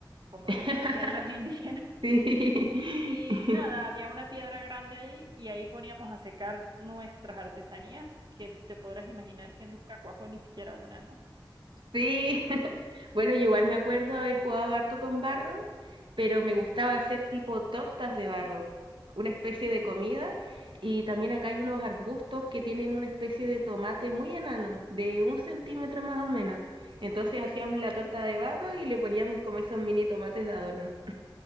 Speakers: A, on the right; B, on the right.
A: como
B: <laughs>
A: las que hacían los <laughs> indígenas.
B: Sí.
A: Y
B: <laughs>
A: nada, había una piedra grande allí y ahí poníamos a secar nuestras artesanías, que te podrás imaginar que nunca cuajó ni siquiera una, ¿no?
B: Sí, <laughs> bueno, yo igual me acuerdo haber jugado harto con barro, pero me gustaba hacer tipo tortas de barro, una especie de comida, y también acá hay unos arbustos que tienen una especie de tomate muy enano, de un centímetro más o menos. Entonces hacíamos la torta de barro y le poníamos como esos mini tomates de adorno.